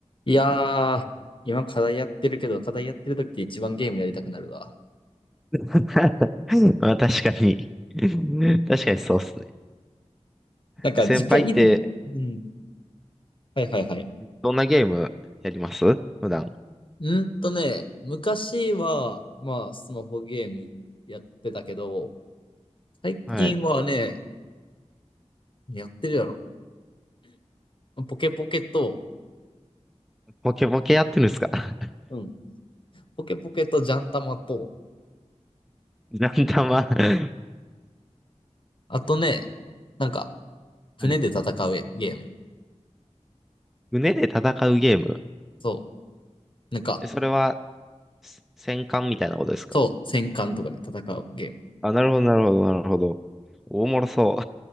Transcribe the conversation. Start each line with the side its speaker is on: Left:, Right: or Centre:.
Left: いやー、今課題やってるけど、課題やってる時って一番ゲームやりたくなるわ。
Centre: <laughs> まあ確かに <laughs> 確かにそうっすね。
Left: なんか、
Centre: で先輩って、
Left: 時間以前、うん。はいはいはい。
Centre: どんなゲームやります普段。
Left: うんとね、昔は、まあ、スマホゲームやってたけど、最近はね、
Centre: はい。
Left: やってるやろ。ポケポケと、
Centre: ポケポケやってるんですか <laughs>
Left: うん。ポケポケとジャンタマと、
Centre: ランダマ <laughs>
Left: あとね、なんか、船で戦うゲーム。
Centre: はい胸で戦うゲーム。
Left: そう。なんか、
Centre: えそれは、せ戦艦みたいなことですか
Left: そう、戦艦とかで戦うゲーム。
Centre: あ、なるほど、なるほど、なるほど。おもろそ